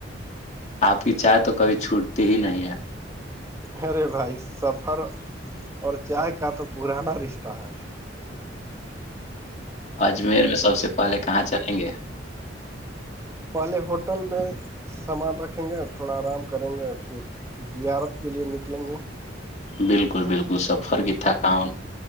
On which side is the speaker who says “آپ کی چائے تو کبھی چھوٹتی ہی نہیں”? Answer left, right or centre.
Left